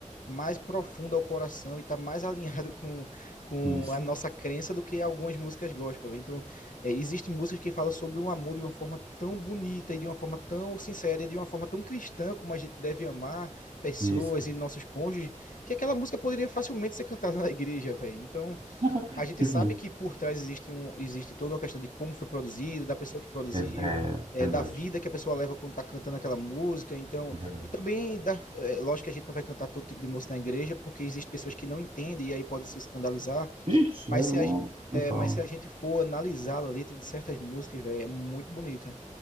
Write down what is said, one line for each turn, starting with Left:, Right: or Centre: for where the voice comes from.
Left: mais profunda ao coração e tá mais <laughs> alinhado com, com
Right: Isso,
Left: a nossa crença do que algumas músicas gospel, velho. Então, é, existem músicas que falam sobre um amor de uma forma tão bonita e de uma forma tão sincera e de uma forma tão cristã como a gente deve amar pessoas
Right: isso.
Left: e nossos cônjuges que aquela música poderia facilmente ser cantada na igreja, velho. Então,
Right: <laughs>
Left: a gente
Right: Tipo,
Left: sabe
Right: isso.
Left: que por trás existe, um, existe toda uma questão de como foi produzida, da pessoa que produziu,
Right: é, é
Left: é,
Right: verdade,
Left: da vida que a pessoa leva quando tá cantando aquela música. Então,
Right: é verdade.
Left: e também, da, é, lógico que a gente não vai cantar todo tipo de música na igreja, porque existem pessoas que não entendem e aí podem se escandalizar.
Right: Ixi,
Left: Mas
Right: é
Left: se
Right: longo.
Left: a, ge-
Right: Legal.
Left: é, mas se a gente for analisar a letra de certas músicas, velho, é muito bonita.